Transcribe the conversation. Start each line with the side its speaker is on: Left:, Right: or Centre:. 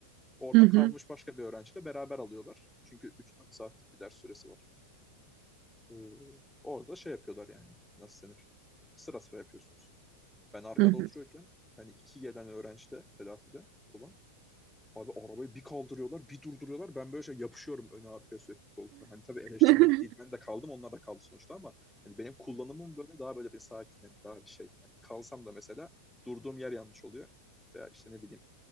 Centre: Orada
Right: Hı hı.
Centre: kalmış başka bir öğrenci de beraber alıyorlar. Çünkü üç dört saat bir ders süresi var. Ee, orada şey yapıyorlar yani. Nasıl denir? Sıra sıra yapıyorsunuz. Ben arkada
Right: Hı hı.
Centre: oturuyorken hani iki gelen öğrenci de telafide olan abi arabayı bir kaldırıyorlar bir durduruyorlar. Ben böyle şey yapışıyorum öne arkaya sürekli koltuğa. Hani tabii eleştirmek
Right: <laughs>
Centre: değil. Ben de kaldım onlar da kaldı sonuçta ama hani benim kullanımım böyle daha böyle bir sakin hani daha bir şey. Hani kalsam da mesela durduğum yer yanlış oluyor. Veya işte ne bileyim